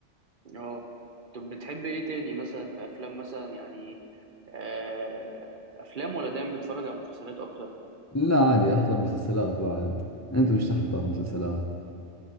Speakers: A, on the right; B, on the left.
A: اه طب بتحب ايه تاني مثلا في افلام مثلا يعني آه، افلام ولا دايما بتتفرج على مسلسلات اكتر
B: لا عادي احضر مسلسلات بعد انت وش تحضر مسلسلات